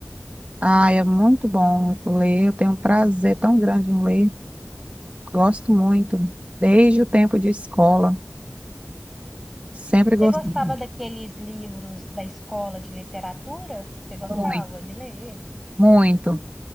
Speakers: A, on the right; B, in the centre.
A: Ah, é muito bom ler, eu tenho um prazer tão grande em ler. Gosto muito, desde o tempo de escola. Sempre
B: Você
A: gostei.
B: gostava daqueles livros da escola de literatura? Você gostava
A: Muito,
B: de ler ele?
A: muito.